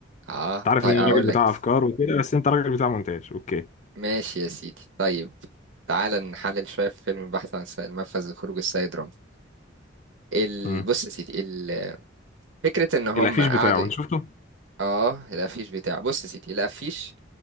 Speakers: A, on the right; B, on the left.
A: آه
B: انت عارف
A: طيب
B: ان انا
A: أقول
B: راجل
A: لك
B: بتاع
A: يا سيدي.
B: افكار وكده بس انت راجل بتاع مونتاج اوكي
A: ماشي يا سيدي طيب تعال نحلل شوية في فيلم البحث عن سائل منفذ لخروج السيد رامبو ال...
B: امم
A: بص يا سيدي ال... فكرة إن هم
B: الافيش
A: قعدوا
B: بتاعه انت شفته
A: آه الأفيش بتاعه بص يا سيدي الأفيش